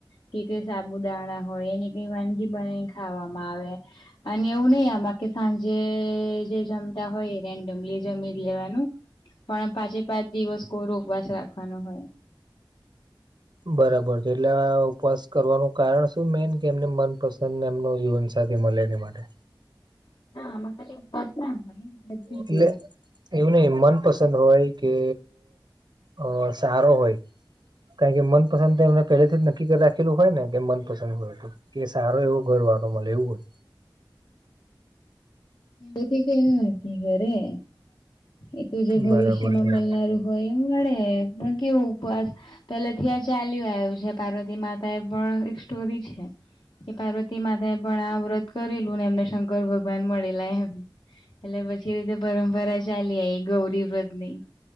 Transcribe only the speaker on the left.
કે કઈ સાબુદાણા હોય એને કઈ વાનગી બનાવિને ખાવામાં આવે. અને એવું નહી આમાં કે સાંજે જે જમતા હોય રેન્ડમલી જમી લેવાનું પણ પાંચે પાંચ દિવસ કોરો ઉપવાસ રાખવાનો હોય.
ના આમાં ખાલી ઉપવાસ ન હોય <unintelligible>
<unintelligible> એ તો જે ભવિષ્યમાં
મળનારું હોય એમ મળે પણ કેવું ઉપવાસ પેલે થી આ ચાલ્યું આવ્યું છે, પાર્વતી માતા એ પણ એક સ્ટોરી છે. કે પાર્વતી માતાએ પણ આ વ્રત કરેલું ને એમને શંકર શંકર ભગવાન મળેલા એમ એટલે પછી એ રીતે પરંપરા ચાલી આવી ગૌરી વ્રતની